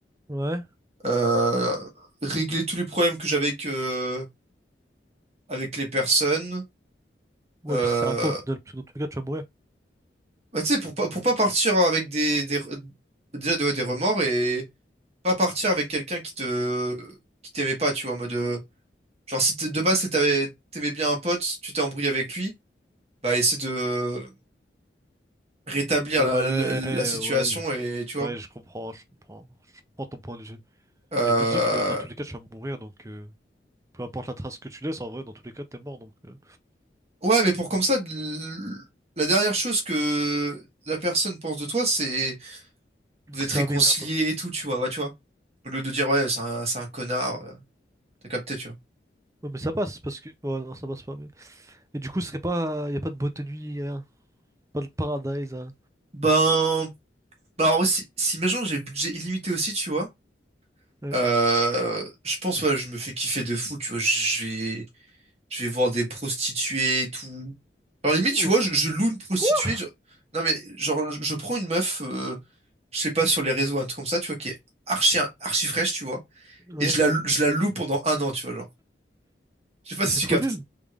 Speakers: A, on the right; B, on the right.
A: ouais.
B: euh, régler tous les problèmes que j'avais avec, euh, avec les personnes.
A: Ouais,
B: Euh,
A: mais si ça sert à quoi au final? Parce que dans tous les cas, tu vas mourir.
B: bah, tu sais, pour pas, pour pas partir avec des, des, déjà, ouais, des remords et pas partir avec quelqu'un qui te, qui t'aimait pas, tu vois, en mode, euh, genre, si t'es- de base, c'est t'avais- t'aimais bien un pote, tu t'es embrouillé avec lui, bah, essaie de rétablir
A: Ouais,
B: la, la, la situation
A: ouais,
B: et, tu
A: ouais,
B: vois.
A: je comprends, je comprends, je comprends ton point de vue.
B: Euh,
A: Mais je me dis que dans tous les cas, tu vas mourir, donc euh, peu importe la trace que tu laisses, en vrai, dans tous les cas, t'es mort, donc euh,
B: ouais, mais pour comme ça, l- la dernière chose que la personne pense de toi, c'est vous êtes
A: c'est
B: réconciliés
A: un mec bien quoi.
B: et tout, tu vois, ouais, tu vois. Au lieu de dire, ouais, c'est un, c'est un connard, euh, t'as capté, tu vois.
A: Ouais, mais ça passe parce que, ouais, non, ça passe pas. Mais... Et du coup, ce serait pas, y a pas de boîte de nuit, rien, pas de paradise, hein.
B: Ben, bah, alors, ouais, si, si imaginons que j'ai budget illimité aussi, tu vois,
A: Ouais.
B: euh, je pense, ouais, je me fais kiffer de fou, tu vois, je vais, je vais voir des prostituées et tout. Alors, limite,
A: Ou-
B: tu vois, je, je loue une prostituée,
A: Quoi?
B: je- non, mais, genre, je, je prends une meuf, euh, je sais pas, sur les réseaux, un truc comme ça, tu vois, qui est archi, archi fraîche, tu vois,
A: Ouais,
B: et je la, je la loue pendant un an, tu vois, genre. Je sais pas
A: mais
B: si
A: c'est
B: tu
A: trop
B: captes.
A: nul.